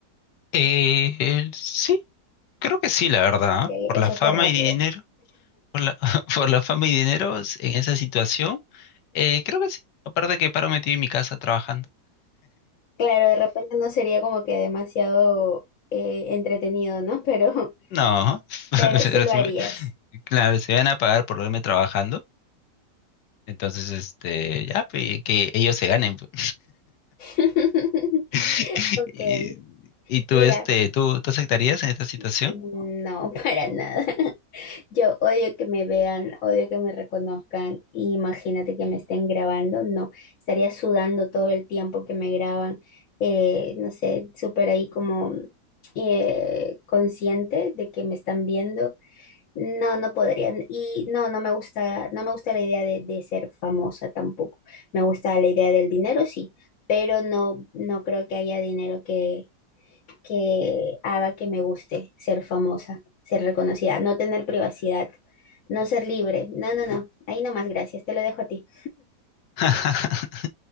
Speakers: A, on the left (about 75°); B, on the left (about 60°).
A: Eh, el- sí, creo que sí, la verdad,
B: Ok,
A: ¿ah? Por
B: eso
A: la fama
B: fue rápido.
A: y dinero, por la, <laughs> por la fama y dinero en esa situación, eh, creo que sí. Aparte que paro metido en mi casa trabajando.
B: Claro, de repente no sería como que demasiado eh, entretenido, ¿no? Pero, <laughs>
A: No, <laughs>
B: pero
A: pero
B: sí lo
A: sí
B: harías.
A: me- claro, se van a pagar por verme trabajando, entonces este, ya, pues, que ellos se ganen. pues.
B: <laughs>
A: <laughs>
B: Ok,
A: Y, y tú,
B: mira,
A: este, ¿tú, tú aceptarías en esta situación?
B: mm, no, <laughs> para nada. Yo odio que me vean, odio que me reconozcan. y Imagínate que me estén grabando, no, estaría sudando todo el tiempo que me graban, eh, no sé, súper ahí como eh, consciente de que me están viendo. No, no podrían. Y no, no me gusta, no me gusta la idea de, de ser famosa tampoco. Me gusta la idea del dinero, sí, pero no, no creo que haya dinero que que haga que me guste ser famosa, ser reconocida, no tener privacidad, no ser libre. No, no, no. Ahí nomás, gracias. Te lo dejo a ti.
A: <laughs>